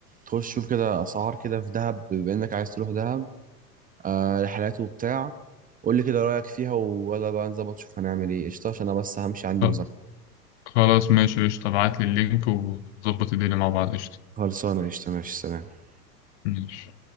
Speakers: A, on the right (about 15°); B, on the left (about 45°).
A: تخش شوف كده أسعار كده في دهب بما إنك عايز تروح دهب آه رحلات وبتاع قول لي كده رأيك فيها ويلا بقى نظبط شوف هنعمل إيه قشطة عشان أنا بس همشي عندي
B: آه،
A: مذاكرة
B: خلاص ماشي قشطة ابعتلي اللينك ونظبط الدنيا مع بعض قشطة
A: خلصانة قشطة ماشي سلام
B: ماشي